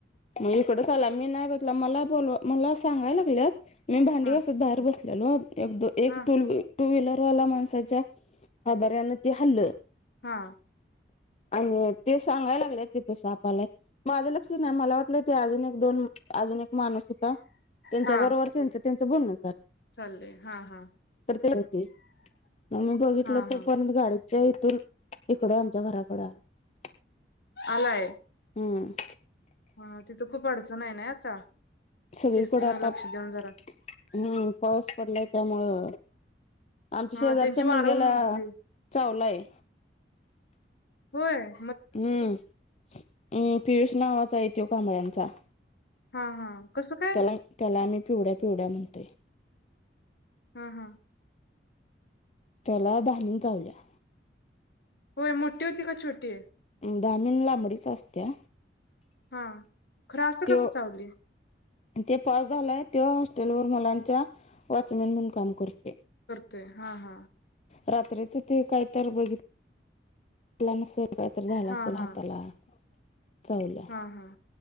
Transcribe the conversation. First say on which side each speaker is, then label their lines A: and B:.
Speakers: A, on the left; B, on the left.
A: मग इकडच आला मी नाही बघला मला बोल मला सांगायला लागलेत मी भांडी
B: हा
A: बसत बाहेर बसल ल एक एक
B: हा
A: टू टू व्हीलरवाला माणसाच्या हादर्यान ते हल्लं
B: हा
A: आणि ते सांगायला लागले तेथसपाला माझं लक्षात नाही मला वाटत ते अजून एक दोन अजून एक माणूस होता त्यांच्या
B: हा
A: बरोबर त्यांच त्यांच बोल
B: चाललंय हा हा
A: तर ते हो मग मी बघितलं
B: हा
A: तर
B: हा
A: परंत गाडी च्या इथून इकडे आमच्या घराकडे आला
B: आलाय
A: हम्म
B: हा तिथं खूप अडचण आहे ना आता
A: सगळीकडे
B: शिस्तीन
A: आता
B: लक्ष
A: हम
B: देऊन जरा
A: पाऊस पडलाय त्यामुळं आमच्या
B: हा
A: शेजारच्या
B: त्यांची वारं
A: मुलग्याला
B: म्हटली
A: चावलाय
B: होर
A: हम्म हम् पियुष नावाचा येतो कांबळ्यांचा
B: हा हा कसं काय
A: त्याला त्याला आमही पिवड्या पिवड्या म्हणतोय
B: हा हा
A: त्याला धामिन चावल्या
B: होय मोठी होती का छोटी आहे
A: दामिन लांबडीच असत्या
B: हा खरं असं
A: तो
B: कसं चावली
A: ते पाव झालाय त्या हॉस्टेल वर मुलांचा वॉचमॅन म्हणून काम करते
B: ते हा हा
A: रात्रीचं ते काय तर बघित आपला नसल काहीतरी झालं
B: हा
A: असेल
B: हा
A: हाताला चावल्या
B: हा हा